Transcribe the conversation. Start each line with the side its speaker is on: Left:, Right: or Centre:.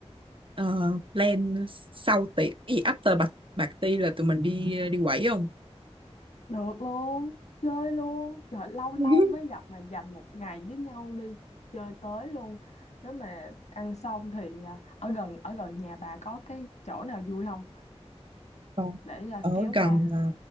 Right: ờ, plan sau tiệc cái gì after party là tụi mình đi ờ, đi quẩy không
Left: được luôn chơi luôn trời lâu
Right: <laughs>
Left: lâu mới gặp mà dành một ngày với nhau đi chơi tới luôn nếu mà ăn xong thì ờ, ở gần ở gần nhà bà có cái chỗ nào vui không
Right: Còn
Left: để ờ,
Right: ở
Left: kéo qua
Right: gần à,